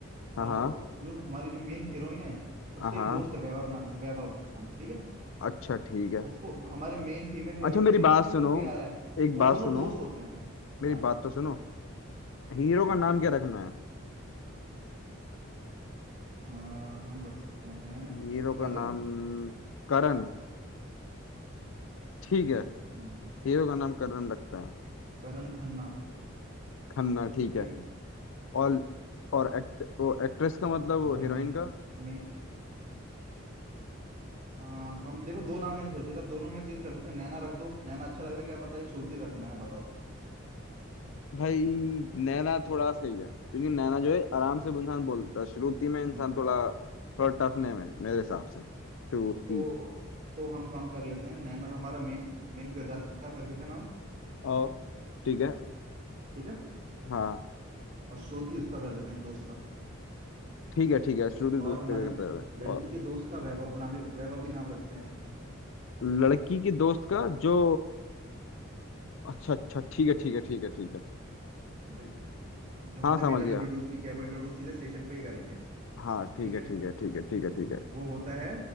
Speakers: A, on the left; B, on the right.
A: हाँ
B: और
A: हाँ
B: जो जो हमारी जो मेन हीरोइन है
A: हाँ
B: उसका
A: हाँ,
B: एक दोस्त है वैभव नाम से वैभव नाम से ठीक है
A: अच्छा ठीक है
B: उसको हमारे मेन फीमेल हीरोइन
A: अच्छा
B: को
A: मेरी
B: नहीं पता
A: बात
B: कि
A: सुनो
B: वो भी आ रहा है
A: एक
B: वो
A: बात
B: दोनों
A: सुनो
B: दोस्त होते हैं
A: मेरी
B: हाँ
A: बात तो सुनो हीरो का
B: हाँ
A: नाम क्या रखना है
B: अ, हम रख सकते हैं
A: हीरो
B: करण
A: का नाम करण ठीक है
B: हम्म,
A: हीरो का नाम करण रखते हैं
B: करण खन्ना
A: खन्ना ठीक
B: ठीक
A: है
B: है
A: और और एक्ट वो एक्ट्रेस का मतलब वो
B: हमारी
A: हीरोइन
B: मे
A: का
B: मे अ, हम देखो दो नाम मैंने सोचे थे अब दोनों में चेंज कर सकते हैं नैना रख दो नैना अच्छा लग रहा है क्या पता ये श्रुति रखना है बताओ तुम
A: भाई नैना थोड़ा सही है क्योंकि नैना जो है आराम से इंसान बोलता है श्रुति में इंसान
B: हम्म,
A: थोड़ा थोड़ा टफ नेम है मेरे हिसाब से श्रुति
B: तो तो हम काम कर लेते हैं नैना हमारा मेन मेन किरदार का रख देते हैं नाम
A: और ठीक है
B: ठीक है
A: हाँ
B: और श्रुति उसका कर देते हैं दोस्त का
A: ठीक है ठीक है शुरू से
B: और
A: दोस्त
B: हमारे
A: का करते हैं
B: लड़की
A: और
B: के दोस्त का वैभव नाम ही- वैभव भी नाम रखते हैं
A: लड़की की दोस्त का जो अच्छा अच्छा ठीक है ठीक है ठीक है ठीक है
B: अरे जो हमने
A: हाँ समझ
B: अभी तक
A: गया
B: इंट्रोड्यूस नहीं किया वो इंट्रोड्यूस सीधे स्टेशन पे ही करेंगे
A: हाँ
B: ठीक
A: ठीक है
B: है
A: ठीक है ठीक है ठीक है ठीक है
B: वो होता है